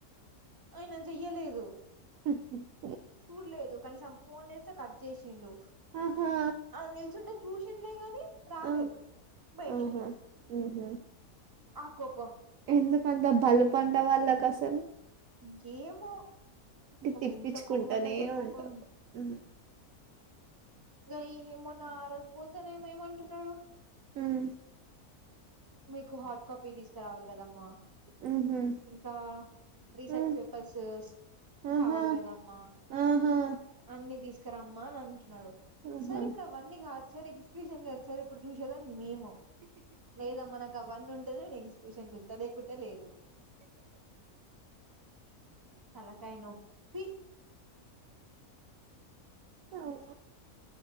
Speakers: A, on the right; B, on the right.
A: అయిన జెయ్యలేదు
B: ఉ ఉం
A: చూడ్లేదు కనీసం ఫోన్ జేస్తే కట్ చేసిండు
B: ఆహా,
A: అ నిల్చుంటె చూసిండే గాని రాలేదు
B: ఆ,
A: బైటికి
B: ఆహా, మ్హూ.
A: ఆ కోపం
B: ఎందుకంత బలుపంట వాళ్ళకసలు
A: ఇంకేమో
B: తిప్పించుకుంటూనే
A: ఇంత కోపం అంటె అంత కోపం
B: ఉంటారు మ్,
A: గయీ ఏమొన్నా ఆ రోజు పోతెనేమొ ఏమంటున్నాడు
B: ఊం
A: మీకు హార్డ్ కాపీ తీస్కురావాలి కదమ్మా
B: మ్హూ,
A: ఇంకా రీసెర్చ్
B: మ్,
A: పేపర్స్స
B: ఆహా,
A: కావాలి గదమ్మా
B: ఆహా,
A: అన్ని దీస్ కరమ్మా అని అంటునాడు
B: ఆహా.
A: సర్ ఇప్పుడు అవన్నీ గాద్సర్ ఎగ్సక్యూషన్ గాద్సర్ ఇప్పుడు చూశెదా మేము మేళామనకు అవన్నుం దల్లీ ఎగ్జిక్యూషన్ బిస్త లేకుంట లేదు తలకాయ నొప్పి
B: అవ్వ